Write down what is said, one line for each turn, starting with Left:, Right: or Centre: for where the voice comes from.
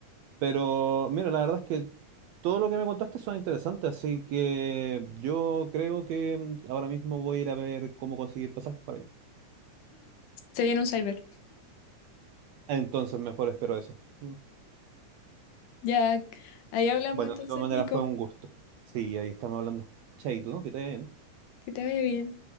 Right: Pero mira, la verdad es que todo lo que me contaste son interesantes, así que yo creo que mm, ahora mismo voy a ir a ver cómo conseguir pasajes para allá.
Left: Se viene un cyber.
Right: Entonces, mejor espero eso. Mm.
Left: Ya, ahí hablamos
Right: Bueno,
Left: entonces,
Right: de todas maneras
Left: Nico.
Right: fue un gusto. Sí, ahí estamos hablando. Chaito, ¿no? que te vaya bien.
Left: Que te vaya bien.